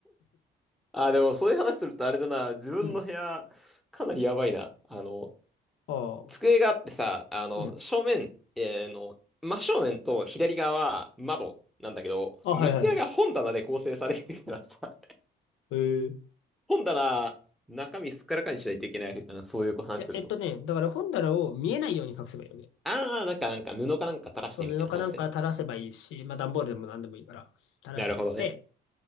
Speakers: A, in the centre; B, on the left.
A: あ、でもそういう話するとあれだな、自分の部屋、
B: うん。
A: かなりやばいな。あの、
B: ああ、
A: 机があってさ、あの、
B: うん。
A: 正面、えーの、真正面と左側は窓なんだけど、
B: あ、
A: 右側が本棚で構成されてるからさ、
B: はいはいはい。えー、い
A: 本棚、中身すっからかにしないといけない。あのそういう話すると。
B: や、えっとね、だから本棚を見えないように隠せばいいよね。
A: ああ、なんか、なんか、布かなんか垂らしてみたいな話ね。
B: そう、布かなんか垂らせばいいし、まあ段ボールでも何でもいいから、垂らしちゃって、
A: なるほどね。